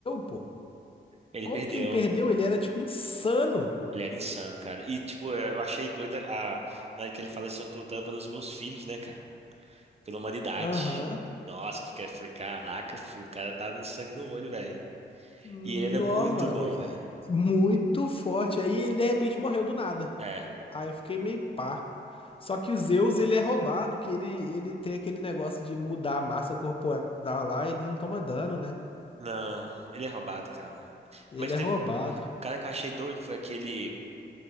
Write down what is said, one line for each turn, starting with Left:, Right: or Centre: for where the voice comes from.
Left: pô.
Right: Ele
Left: Como
Right: perdeu.
Left: que ele perdeu? Ele era, tipo, insano.
Right: Ele era insano, cara. E, tipo, é, eu achei doida a... Na hora que ele fala assim, eu tô lutando pelos meus filhos, né, cara? Pela humanidade.
Left: Aham.
Right: Nossa, eu fiquei, falei, caraca, filho, o cara tá no sangue no olho, velho.
Left: Nó,
Right: E ele era muito
Left: mano,
Right: bom,
Left: e-
Right: velho.
Left: e muito forte. Aí ele de repente morreu do nada.
Right: É.
Left: Aí eu fiquei meio pá. Só que o Zeus, ele é roubado, que ele, ele tem aquele negócio de mudar a massa corporal lá, e ele não toma dano, né?
Right: Não, ele é roubado, cara.
Left: Ele
Right: Mas
Left: é
Right: teve...
Left: roubado.
Right: um, O cara que eu achei doido foi aquele